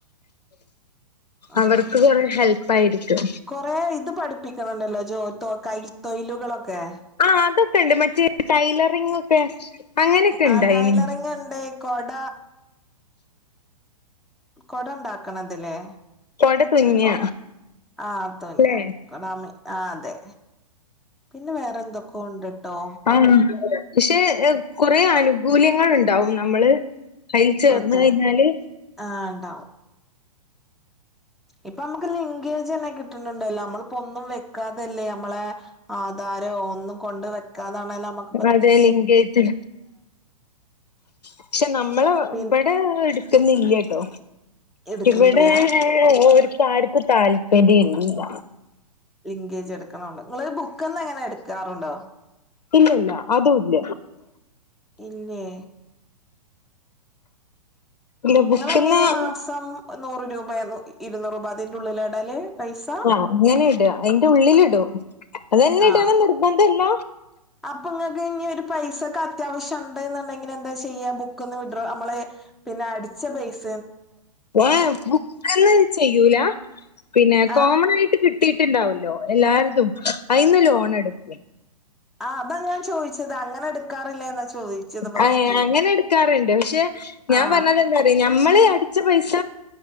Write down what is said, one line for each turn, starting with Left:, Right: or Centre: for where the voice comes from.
Centre: അതന്നെ
Left: അവർക്ക് കുറെ ഹെൽപ്പ് ആയിരിക്കും
Centre: കൊറേ ഇത് പഠിപ്പിക്കണണ്ടല്ലോ ജോ തൊ കൈ തൊയിലുകളൊക്കെ
Left: ആ അതൊക്കെ ഉണ്ട് മറ്റേ ടൈലറിംങ് ഒക്കെ അങ്ങനെയൊക്കെ
Centre: ആഹ്,
Left: ഇണ്ടായിനി
Centre: ടൈലറിംഗ്ണ്ട്. കൊട കൊട ഉണ്ടാക്കണതില്ലേ
Left: കൊട തുന്ന
Centre: ആ അതുന്ന
Left: അല്ലെ
Centre: ആ അതെ പിന്നെ വേറെ എന്തൊക്കെ ഉണ്ട്ട്ടോ
Left: ആണോ! പശേ, കുറെ അനുകൂല്യങ്ങൾ ഉണ്ടാവും, നമ്മള് അയ്ല് ചേർന്ന്
Centre: അതെ
Left: കഴിഞ്ഞാല്
Centre: ആ ഉണ്ടാവും ഇപ്പൊ, നമ്മുക്ക് ലിൻഗേജെന്നെ കിട്ടുന്നുണ്ടല്ലോ!. നമ്മള് ഇപ്പൊ ഒന്നും വെക്കാതല്ലേ, നമ്മളെ ആധാരോ ഒന്നും കൊണ്ട് വെക്കാതാണെലും നമ്മക്ക്
Left: അതെ, ലിങ്കേജ്ന്. പക്ഷെ, നമ്മള്
Centre: പി
Left: ഇടെ എടുക്കുന്നില്ലട്ടോ
Centre: എടുക്കണില്ല
Left: ഇവിടെ ഓര്ക്ക്, ആര്ക്കും താല്പര്യല്ല.
Centre: ലിങ്കേജ് എടുക്കണൊണ്ട്. നിങ്ങള് ബുക്ക്ന്ന് അങ്ങനെ എടുക്കാറുണ്ടോ?
Left: ഇല്ല ഇല്ല അതും ഇല്ല
Centre: ഇല്ലേ?
Left: ഇല്ല
Centre: നിങ്ങള്
Left: ബുക്ക്ന്ന്
Centre: എങ്ങനെയ മാസം നൂറ് രൂപ ഇരുന്നൂറ് രൂപ അതിൻ്റെ ഉള്ളില് ഇടല് പൈസ
Left: ആഹ്, ങ്ങനെ ഇടാ. അതിന്റെ ഉള്ളിലിടും. അതന്നെ
Centre: ആ
Left: ഇടണം ന്നിർബന്ധല്ല.
Centre: അപ്പൊ, ഇങ്ങക്ക് ഇഞ്ഞി ഒരു പൈസക്ക് അത്യാവശ്യം ഒണ്ട് ന്നുണ്ടെങ്കില് എന്ത ചെയ്യാ ബുക്കന്ന് വിഡ്രോ നമ്മള് പിന്നെ അടിച്ച പൈസ
Left: ഏ ബുക്കന്ന് ചെയ്യൂല പിന്നെ
Centre: ആ
Left: കോമൺ ആയിട്ട് കിട്ടും ട്ടിട്ടുണ്ടാവുല്ലോ? എല്ലാരതും. അയിന്ന് ലോൺ എടുക്കും.
Centre: ആഹ്, അതാ ഞാൻ ചോദിച്ചത്. അങ്ങനെ എടുക്കാറില്ലേ, എന്നാ ചോദിച്ചത്? ഫസ്റ്റ്
Left: ആ അങ്ങനെ എടുക്കാറുണ്ട് പക്ഷെ ഞാൻ
Centre: ആ
Left: പറഞ്ഞത് എന്താറിയോ? ഞമ്മള് അടിച്ച പൈസ